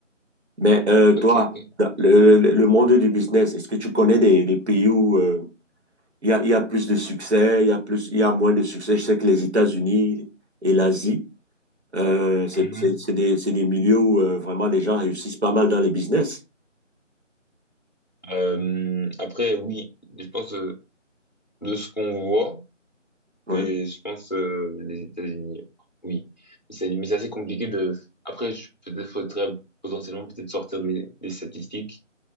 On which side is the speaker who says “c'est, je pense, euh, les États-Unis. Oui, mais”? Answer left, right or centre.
Left